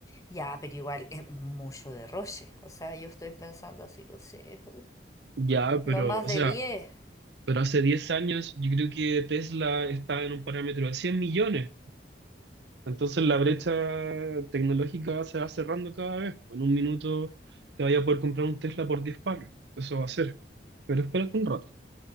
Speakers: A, on the left; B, on the right.
A: ya, pero igual es mucho derroche. O sea, yo estoy pensando así, no sé,
B: Ya,
A: no
B: pero,
A: más
B: o
A: de
B: sea,
A: diez.
B: pero hace 10 años yo creo que Tesla estaba en un parámetro de 100 millones. Entonces la brecha tecnológica se va cerrando cada vez. En un minuto te vaya a poder comprar un Tesla por 10 palos. Eso va a ser. Pero espérate un rato.